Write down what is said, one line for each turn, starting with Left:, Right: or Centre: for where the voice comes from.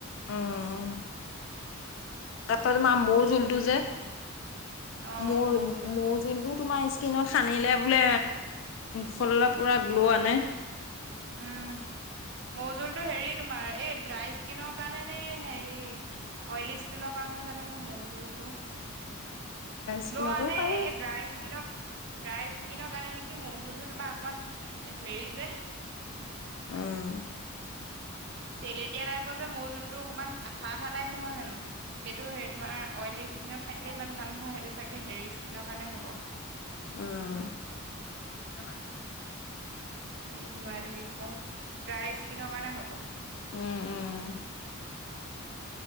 Left: উমম! তাপা তোমা মৌ জোলটো যে,
Right: অ
Left: মৌ
Right: মৌজোল
Left: মৌ জোলটো। তোমা স্কিনত সানিলে বোলে ফললে পুৰা গ্ল' আনে!
Right: উম! মৌ জোলতটো হেৰি তোমাৰ এই ড্ৰাই স্কিনৰ কাৰণে নে, হেৰি অইলী স্কিনৰ কাৰণে? নাজানো মৌ জোলটো। গ্ল'
Left: স্কিনতো
Right: আনে
Left: পাৰি
Right: এই ড্ৰাই স্কিনক ড্ৰাই স্কিন আনে নেকি মৌ জোলটো। জোলটো তোমা অকমান হেৰি যে!
Left: উম!
Right: তেলেতিয়া টাইপ যে মৌ জোলটো অকমান! আঠা আঠা টাইপ নহয় জানো, সেইটো হেৰি তোমাৰ অইলী স্কিনত সানিলে ইমান ভাল নহয় সেইটো চাগে হেৰি স্কিনৰ কাৰণে হ'ব।
Left: উম।
Right: এই তোমাৰ এইটো কি কয়, ড্ৰাই স্কিনৰ কাৰণে হ'ব।
Left: উম, উম।